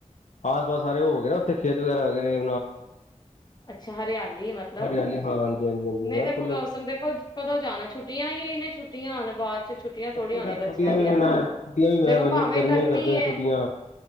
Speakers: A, on the left (about 70°); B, on the left (about 35°).
A: ਆਸ ਪਾਸ ਸਾਰੇ ਹੋ ਗਏ ਨਾ ਉੱਥੇ, ਖੇਤ ਵਗੈਰਾ ਵ ਨੇ।
B: ਅੱਛਾ, ਹਰਿਆਲੀ ਮਤਲਬ,
A: ਹਰਿਆਲੀ ਹਾਂ ਹਾਂਜੀ ਹਾਂਜੀ ਹਾਂਜੀ
B: ਨਹੀਂ
A: ਮੈਂ
B: ਦੇਖੋ
A: ਖੁੱਲੇ
B: ਮੌਸਮ ਦੇਖੋ ਕਦੋਂ ਜਾਣਾ ਛੁੱਟ ਹੀਨ ਛੁੱਟੀਆਂ ਹਨ, ਬਾਅਦ <inaudible> ਛੁੱਟੀਆਂ ਥੋੜ੍ਹੀ
A: ਬੱਚੇ
B: ਹੋਣੀ
A: ਤਾਂ ਛੁੱਟੀਆਂ
B: ਬੱਚਿਆਂ ਦੀਆਂ,
A: ਵੀ ਮਨਾ ਛੁੱਟੀਆਂ ਵੀ ਮੈਂ
B: ਦੇਖੋ
A: ਬੜੀ
B: ਭਾਵੇਂ
A: ਗਰਮੀਆਂ
B: ਗਰਮੀ
A: ਕਰਦੇ ਨੇ
B: ਐ।
A: ਛੁੱਟੀਆਂ